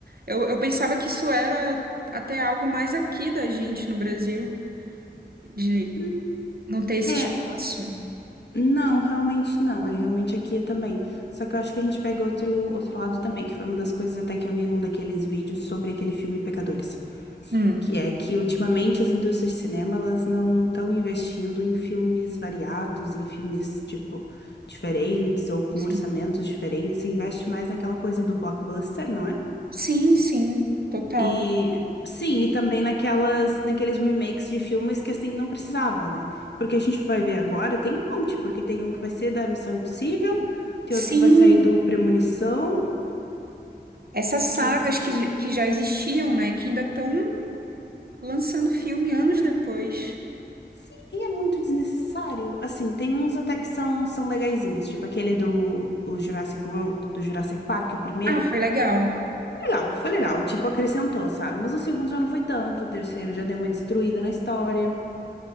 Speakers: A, on the right; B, on the left.
A: Eu, eu pensava que isso era até algo mais aqui da gente no Brasil, de
B: Hum,
A: não ter esse
B: É,
A: espaço.
B: não, realmente não. É realmente aqui é também. Só que eu acho que a gente pega outro, outro lado também, que foi uma das coisas até que eu vi num daqueles vídeos sobre aquele filme Pecadores.
A: Hum,
B: que é que ultimamente as indústrias de cinema elas não estão investindo em filmes variados, em filmes tipo diferentes ou com
A: sim.
B: orçamentos diferentes, se investe mais naquela coisa do blockbuster, não é?
A: Sim, sim, total.
B: E sim, e também naquelas naqueles remakes de filmes que assim não precisava, né? Porque a gente vai ver agora, tem um monte, porque tem um que vai ser da Missão Impossível, tem
A: Sim,
B: outro que vai sair do Premonição,
A: Essas sagas
B: que
A: que, que já existiam, né? Que ainda estão lançando filme anos depois.
B: Sim, e é muito desnecessário. Assim, tem uns até que são, são legaizinhos, tipo aquele do o Jurassic World, do Jurassic Park, o primeiro.
A: Ah, foi legal.
B: Foi Legal, foi legal, tipo, acrescentou, sabe? Mas o segundo já não foi tanto, o terceiro já deu uma destruída na história.